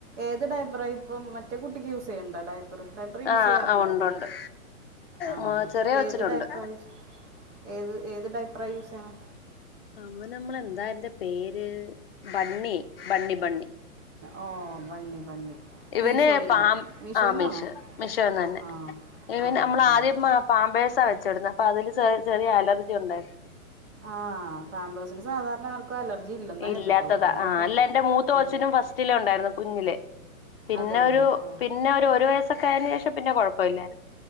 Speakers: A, on the right; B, on the left.
A: ഏത് ടൈപ്പറായിപ്പം മറ്റേ കുട്ടിക്ക് യൂസ് ചെയ്യണ്ടൊ? ഡയപ്പർ ഡൈപ്പർ യൂസ്
B: ആഹ്
A: ചെയ്യാറുണ്ടായിരുന്നോ?
B: ആഹ് ഉണ്ട് ഉണ്ട്
A: ആണോല്ലേ
B: ആ, ചെറിയ കൊച്ചിനുണ്ട്
A: ഏത് ഡൈപ്പറ യൂസ് ഏത് ഏത് ടൈപ്പറ യൂസ് ചെയ്യണെ
B: അവനമ്മളെന്താ അയ്ന്റ പേര് ബണ്ണി ബണ്ണി ബണ്ണി
A: ഓ ബണ്ണി ബണ്ണി
B: ഇവനെപ്പം
A: മീഷോയിൽ നിന്ന് മീഷോയിൽ
B: ആമേശർ
A: നിന്നാണോ
B: മിഷോന്നന്നെ
A: ആ
B: ഇവന്നെ
A: ആ ആ
B: അമ്മൾ
A: ആ
B: ആദ്യം പാമ്പേഴ്സാ വെച്ചിര്ന്നത് പ്പതില് സ ചെറിയ അലർജി ഉണ്ടായിരുന്നു
A: ആ പാമ്പേഴസിന് സാധാരണ ആർക്കും അലർജി ഇല്ലെന്നാണ്
B: ഇല്ലാത്തതാ
A: കേട്ടിട്ടുള്ളൂ ആദ്യമായിട്ടാണ്
B: ആ അല്ലന്റെ മൂത്തോച്ചിനും
A: ആ
B: ഫസ്റ്റിലെണ്ടായിരുന്നു കുഞ്ഞിലെ. പിന്നെ
A: അതേല്ലേ
B: ഒരു
A: ഓ
B: പിന്നെ ഒരു ഒരു വയസ്സൊക്കെ ആയേന് ശേഷം പിന്നെ കൊഴപ്പമില്ലായിരുന്നു.